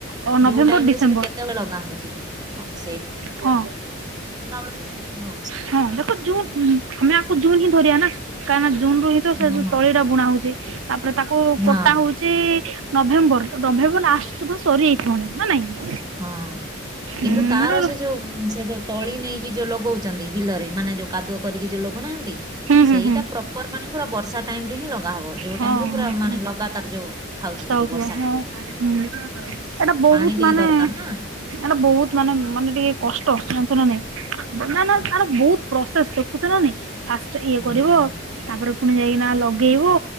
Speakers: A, on the right; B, on the right.
A: ଓ ନଭେମ୍ବର
B: ଯୋଉ ଟାଇମ
A: ଡିସେମ୍ବର
B: ରେ ସେଟା କେତେବେଳେ ଲଗା ହଉଛି ସେ
A: ହଁ।
B: ତା ବେଳକୁ ସେତିକି ହଉଛି
A: ହଁ ଦେଖ ଜୁନ ଆମେ ଆକୁ ଜୁନ୍ ହିଁ ଧରିବା ନା କାହିଁ ନା ଜୁନ ରୁ ହିଁ। ତ ସେ
B: ହଁ
A: ଯୋଉ ତଳି ଟା ବୁଣା ହଉଛି ତାପରେ ତାକୁ
B: ହଁ
A: କଟା ହଉ ଚି ନଭେମ୍ବର ନଭେମ୍ବର ଲାଷ୍ଟ ସୁଧା ସରି ଯାଇଥିବଣି ନା ନାଇଁ।
B: ହଁ
A: ହୁଁ
B: କିନ୍ତୁ ତାର ସେ ଯୋଉ ସେ ଯୋଉ ତଳି ନେଇକି ଯୋଉ ଲଗଉଛନ୍ତି ବିଲରେ ମାନେ। ଯୋଉ କାଦୁଅ କରିକି ଯୋଉ ଲଗଉ ନାହାନ୍ତି
A: ହୁଁ
B: ସେଇଟା
A: ହୁଁ
B: ପ୍ରପର ମାନେ ପୁର ବର୍ଷା। ଟାଇମ ରେ ହିଁ ଲଗା ହବ ଯଉ
A: ହଁ
B: ଟାଇମ ରେ ପୁରା
A: ହଁ ହଁ
B: ମାନେ ଲଗାତାର ଯୋଉ ଥାଉଛି ଟିକେ
A: ହଉଥିବ
B: ବର୍ଷା
A: ହଁ
B: ଟିକେ।
A: ହୁଁ
B: ଉଁ
A: ଏଇଟା ବହୁତ
B: ପାଣି ଟିକେ
A: ମାନେ
B: ଦରକାର ନା।
A: ଏଟା ବହୁତ ମାନେ ମାନେ ଟିକେ କଷ୍ଟ ଜାଣିଛ ନା ନାଇଁ। ବ ନା ନା ଆର ବହୁତ ପ୍ରସେସ ଦେଖୁଛ ନା ନାଇଁ। ଫାଷ୍ଟ ଇଏ
B: ହୁଁ।
A: କରିବ ତାପରେ ପୁଣି ଯାଇକିନା ଲଗେଇବ